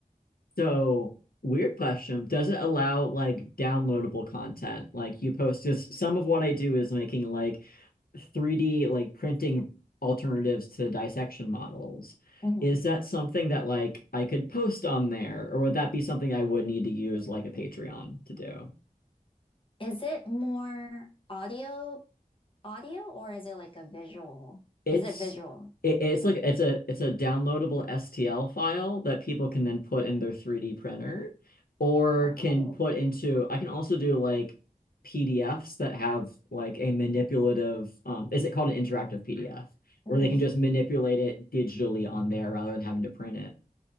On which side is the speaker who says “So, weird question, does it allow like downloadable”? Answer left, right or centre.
Left